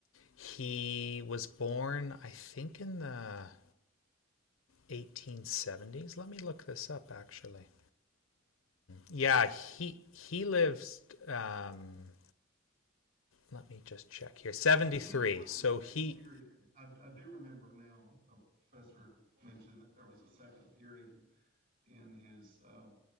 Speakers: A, on the left; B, on the right.
A: he was born, I think, in the 1870s. Let me look this up, actually. Yeah, he he lived. Um, let me just check here 73
B: I knew it was
A: so
B: the second
A: he
B: period. I, I do remember now. A professor mentioned that there was a second period in his uh,